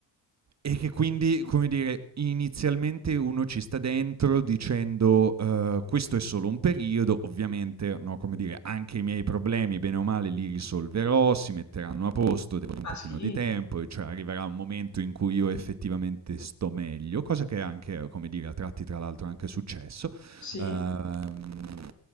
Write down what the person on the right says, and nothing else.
e che quindi, come dire, inizialmente uno ci sta dentro dicendo, ehm: "Questo è solo un periodo, ovviamente", no, come dire, "anche i miei problemi bene o male li risolverò, si metteranno a posto, devono un
pochino
di tempo e cioè arriverà un momento in cui io effettivamente sto meglio", cosa che è anche, come dire, a tratti tra l'altro è anche successo.
Uhm,